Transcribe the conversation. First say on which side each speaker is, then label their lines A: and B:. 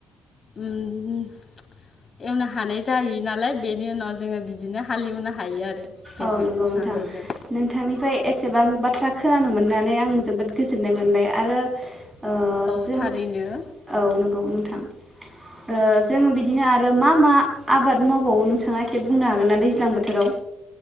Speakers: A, on the left; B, on the right.
A: उम एवनो हानाय जाहैयो नालाय बेनि उनाव जोङो बिदिनो हाल एवनो हायो आरो। बेजों
B: औ नंगौ नों नोंथां
A: नांगोलजों
B: नोंथांनिफ्राय एसेबां आं बाथ्रा खोनानो मोननानै आं जोबोद गोजोननाय मोनबाय आरो ओ
A: औ
B: जों
A: थारैनो
B: औ नंगौ नोंथां ओ जोङो बिदिनो आरो मा मा आबाद मावबावो नोंथाङा एसे बुंनो हागोन ना दैज्लां बोथोराव?